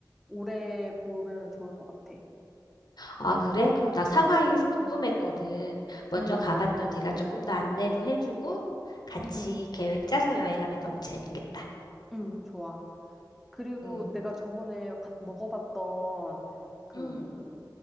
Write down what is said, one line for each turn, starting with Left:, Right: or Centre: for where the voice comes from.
Centre: 오래 보면은 좋을 것 같아.
Left: 아, 그래? 그럼 나 상하이 궁금했거든. 먼저
Centre: 음,
Left: 가봤던 네가 조금 더 안내도 해주고 같이
Centre: 음,
Left: 계획 짜서 여행하면 너무 재밌겠다.
Centre: 음, 좋아. 그리고
Left: 음.
Centre: 내가 저번에 가- 먹어봤던 그
Left: 음,